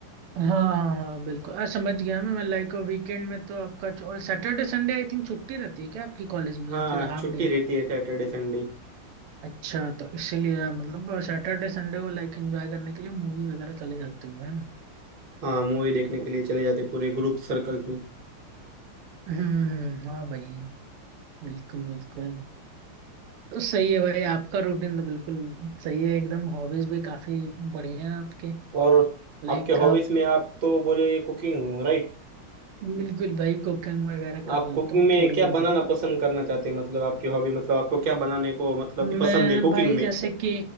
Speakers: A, on the right; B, on the right.
A: हाँ हाँ हाँ बिल्कुल आ, समझ गया मैं मैं लाइक वीकेंड में तो आपका सैटरडे संडे आई थिंक छुट्टी रहती है क्या आपकी कॉलेज में
B: हाँ
A: या फिर
B: छुट्टी
A: हाफ डे?
B: रहती है सैटरडे संडे
A: अच्छा तो इसीलिए मतलब सैटरडे संडे को लाइक एंजॉय करने के लिए मूवी वगैरह चले जाते हो है ना
B: हाँ मूवी देखने के लिए चले जाते पूरे ग्रुप सर्कल में
A: हम्म हाँ भाई बिल्कुल बिल्कुल तो सही है भाई आपका रूटीन तो बिल्कुल सही है एकदम हॉबीज भी काफी बढ़िया है आपके
B: और
A: लाइक
B: आपके हॉबीज
A: आप
B: में आप तो बोले कुकिंग राइट
A: बिल्कुल भाई कुकिंग वगैरह
B: आप
A: कर लेता
B: कुकिंग
A: हूँ
B: में
A: थोड़ी
B: क्या
A: मोरी
B: बनाना पसंद करना चाहते हैं मतलब आपकी हॉबी मतलब आपको क्या बनाने को मतलब
A: मैं
B: पसंद है कुकिंग
A: भाई
B: में
A: जैसे कि